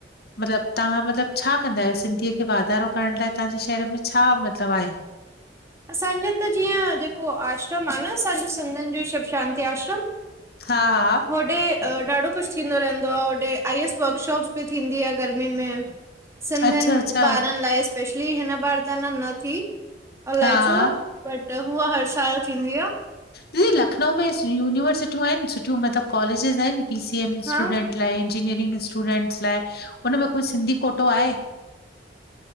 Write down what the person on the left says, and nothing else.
मतलबु, तव्हां मतलबु छा कंदा आहियो, सिंधीअ खे वाधारो करण लाइ, तव्हांजे शहर में छा मतलबु आहे <inaudible>
हा हा
अच्छा, अच्छा,
हा, हा,
दीदी लखनऊ में, यूनिवर्सिटियूं आहिनि सुठियूं मतिलबु कॉलेजिस आहिनि पी सीएम
स्टूडेंट लाइ इंजीनियरिंग स्टूडेंट्स लाइ, उन में कोई सिंधी कोटो आहे